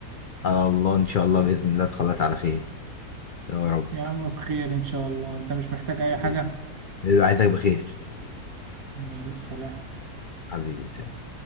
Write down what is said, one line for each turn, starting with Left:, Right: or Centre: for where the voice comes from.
Left: على الله ان شاء الله باذن الله تخلص على خير يا رب
Right: يا عم بخير ان شاء الله انت مش محتاج اي
Left: حبيبي
Right: حاجه
Left: حبيبي، عايزك بخير
Right: يلا سلام
Left: حبيبي سلام